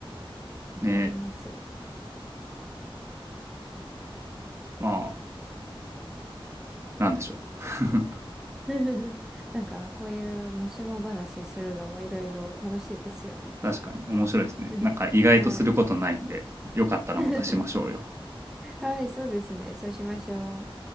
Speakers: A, in the centre; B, on the right.
A: わかります。
B: ね、まあ、なんでしょう。<laughs>
A: <laughs> なんか、こういうもしも話するのもいろいろ楽しいですよね。
B: 確かに面白いですね。
A: <laughs>
B: なんか意外とすることないんで、
A: はい。
B: よかったらまたしましょうよ。
A: <laughs> はい、そうですね。そうしましょう。